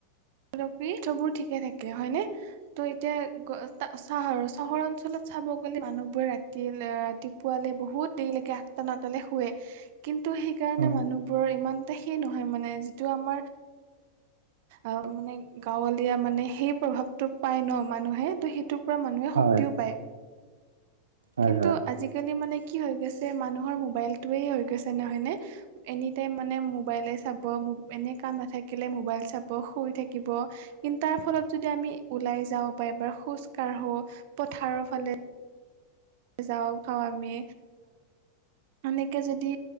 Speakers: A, on the right (about 50°); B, on the right (about 70°).
A: <unintelligible> বোৰ ঠিকে থাকে হয়নে ত' এতিয়া চাহৰ চাহৰ অঞ্চলত চাব গ'লে মানুহবোৰে ৰাতি ৰাতি পোৱালে বহুত দেৰিলৈকে আঠটা নটালে শুৱে। কিন্তু সেইকাৰণে
B: হয়
A: মানুহবোৰৰ ইমান এটা সেই নহয় মানে যিটো আমাৰ আহ মানে গাঁৱলীয়া মানে সেই প্ৰভাৱটো পাই ন মানুহে ত সেইটো পৰা মানুহে
B: হয়
A: শক্তিও
B: হয়
A: পায়।
B: হয়
A: কিন্তু
B: হয়
A: আজিকালি মানে কি হৈ গৈছে মানুহৰ মোবাইলটোয়েই হৈ গৈছে নহয় নে? এনিটাইম মানে মোবাইলে চাব এনে কাম নাথাকিলে মোবাইল চাব শুই থাকিব। কিন্তু তাৰ ফলত যদি আমি ওলাই যাওঁ বা এবাৰ খোজ কাঢ়ো পথাৰৰ ফালে যাওঁ খাওঁ আমি এনেকৈ যদি